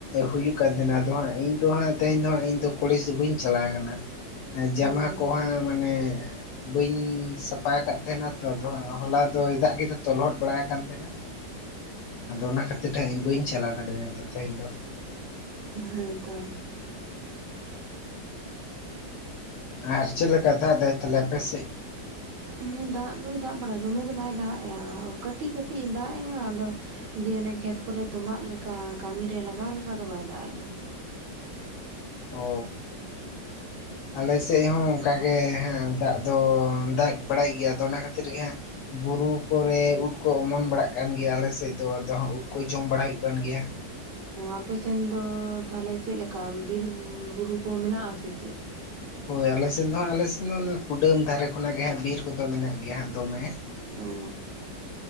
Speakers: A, on the left; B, on the right.
A: ᱦᱩᱭᱩᱜ ᱠᱟᱱ ᱛᱟᱦᱮᱱᱟ ᱟᱫᱚ ᱦᱟᱸᱜ ᱤᱧ ᱫᱚ ᱦᱟᱸᱜ ᱛᱮᱦᱮᱧ ᱫᱚ ᱦᱟᱸᱜ ᱤᱧ ᱫᱚ ᱠᱚᱞᱡᱽ ᱫᱚ ᱵᱟᱹᱧ ᱪᱟᱞᱟᱣ ᱠᱟᱱᱟ ᱮᱸ ᱡᱟᱢᱟ
B: ᱦᱮᱸ
A: ᱠᱚ ᱦᱟᱸᱜ ᱢᱟᱱᱮ ᱵᱟᱹᱧ ᱥᱟᱯᱟ ᱟᱠᱟᱫ ᱛᱟᱦᱮᱸᱱᱟ ᱛᱚ ᱟᱫᱚ ᱦᱚᱞᱟ ᱫᱚᱭ ᱫᱟᱜ ᱠᱮᱫᱟ ᱛᱚ ᱞᱚᱦᱚᱫ ᱵᱟᱲᱟ ᱠᱟᱱ ᱛᱟᱦᱮᱱᱟ ᱟᱫᱚ ᱚᱱᱟ ᱠᱷᱟᱹᱛᱤᱨ ᱛᱮ ᱦᱟᱸᱜ ᱤᱧ ᱵᱟᱹᱧ ᱪᱟᱞᱟᱣ ᱫᱟᱲᱮᱭᱟᱫᱟ ᱛᱮᱦᱮᱧ ᱫᱚ
B: ᱦᱮᱸᱛᱚ
A: ᱚᱻ ᱟᱨ ᱪᱮᱫ ᱞᱮᱠᱟ ᱫᱟᱜ ᱫᱟᱭ ᱛᱟᱞᱦᱮ ᱟᱯᱮᱥᱮᱫ?
B: ᱦᱮᱸ ᱫᱟᱜ ᱫᱚᱭ ᱫᱟᱜ ᱵᱟᱲᱟᱭᱟ ᱫᱚᱢᱮ ᱫᱚ ᱵᱟᱭ ᱫᱟᱜ ᱮᱼᱟ ᱠᱟᱹᱴᱤᱡ ᱠᱟᱹᱴᱤᱡ ᱮ ᱫᱟᱜ ᱮᱼᱟ ᱟᱫᱚ ᱡᱮ ᱚᱱᱮ ᱠᱷᱮᱛ ᱠᱚᱨᱮ ᱛᱚᱸᱵᱟᱜ ᱞᱮᱠᱟ ᱠᱟᱹᱢᱤ ᱨᱮ ᱞᱟᱜᱟᱣ ᱞᱮᱠᱟ ᱫᱚ ᱵᱟᱭ ᱫᱟᱜ ᱮᱫᱟ
A: ᱚ ᱟᱞᱮ ᱥᱮᱫ ᱦᱚᱸ ᱚᱱᱠᱟᱜᱮ ᱦᱟᱸᱜ ᱫᱟᱜ ᱫᱚ ᱫᱟᱜ ᱵᱟᱲᱟᱭ ᱜᱮᱭᱟ ᱟᱫᱚ ᱚᱱᱟ ᱠᱷᱟᱹᱛᱤᱨ ᱜᱮ ᱦᱟᱸᱜ ᱵᱩᱨᱩ ᱠᱚᱨᱮ ᱩᱫ ᱠᱚ ᱚᱢᱚᱱ ᱵᱟᱲᱟᱜ ᱠᱟᱱ ᱜᱮᱭᱟ ᱟᱞᱮᱥᱮᱫ ᱫᱚ ᱟᱫᱚ ᱦᱟᱸᱜ ᱩᱫ ᱠᱚ ᱡᱚᱢ ᱵᱟᱲᱟ ᱦᱩᱭᱩᱜ ᱠᱟᱱ ᱜᱮᱭᱟ
B: ᱟᱯᱮᱥᱱ ᱫᱚ ᱛᱟᱦᱚᱞᱮ ᱪᱮᱫ ᱞᱮᱠᱟ ᱵᱤᱨ ᱵᱩᱨᱩ ᱠᱚ ᱢᱮᱱᱟᱜᱼᱟ ᱥᱮ ᱪᱮᱫ?
A: ᱦᱳᱭ ᱟᱞᱮᱥᱮᱱ ᱫᱚ ᱦᱟᱸᱜ ᱟᱞᱮᱥᱮᱱ ᱫᱚ ᱚᱱᱟ ᱠᱩᱰᱟᱹᱢ ᱫᱷᱟᱨᱮ ᱠᱷᱚᱱᱟᱜ ᱜᱮ ᱦᱟᱸᱜ ᱵᱤᱨ ᱠᱚᱫᱚ ᱢᱮᱱᱟᱜ ᱜᱮᱭᱟ ᱦᱟᱸᱜ ᱫᱚᱢᱮ
B: ᱚ